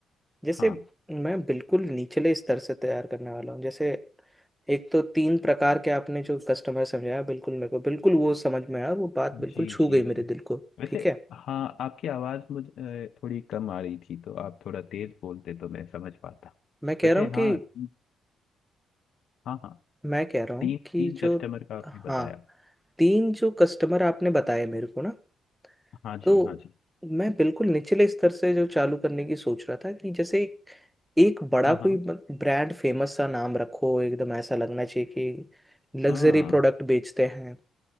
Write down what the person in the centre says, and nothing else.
जैसे
मैं बिल्कुल निचले स्तर से तैयार करने वाला हूँ जैसे एक तो तीन प्रकार के आपने जो कस्टमर समझाया बिल्कुल मेरे को बिल्कुल वो समझ में आया और वो बात बिल्कुल
छू
गई मेरे
दिल को
ठीक है
मैं कह
रहा हूँ
कि
मैं कह रहा हूँ
कि
जो
हाँ
तीन जो कस्टमर आपने बताए मेरे को ना
तो
मैं बिल्कुल निचले स्तर से जो चालू करने की सोच रहा था कि जैसे एक, एक बड़ा
कोई ब्रांड फेमस सा नाम रखो एकदम ऐसा लगना चाहिए कि लग्जरी
प्रोडक्ट बेचते हैं